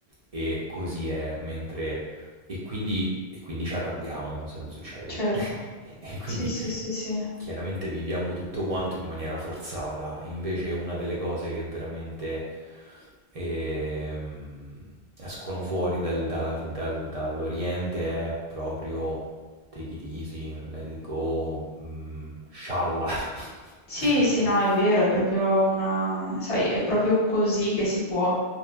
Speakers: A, on the right (about 55°); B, on the left (about 35°).
A: e così è, mentre... E quindi, e quindi ci arrabbiamo se non succede.
B: Certo,
A: <laughs> E quindi
B: sì, sì, sì, sì.
A: chiaramente viviamo tutto quanto in maniera forzata, e invece una delle cose che veramente ehm, escono fuori dal- dalla- dal- dall'Oriente è proprio take it easy, let it go, mm, scialla. <laughs>
B: Sì, sì, no, è vero, è proprio una, sai, è proprio così che si può